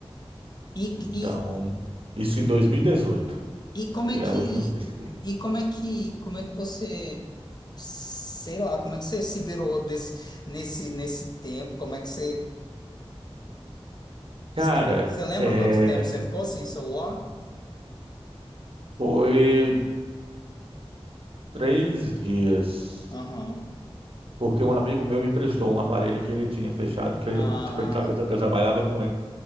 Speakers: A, on the left; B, on the right.
A: E,
B: Então,
A: e,
B: isso em 2018.
A: e como
B: Foi
A: é que
B: a última vez que.
A: e como é que como é que você sei lá, como é que você se virou desse, nesse nesse tempo? Como é que você
B: Cara,
A: Você ficou, você lembra
B: é,
A: quanto tempo você ficou sem celular?
B: foi três dias.
A: Aham.
B: Porque um amigo meu me emprestou um aparelho que ele tinha fechado, que
A: Ah,
B: eu, tipo, ele tra- eu, tra-
A: tá.
B: eu trabalhava com ele,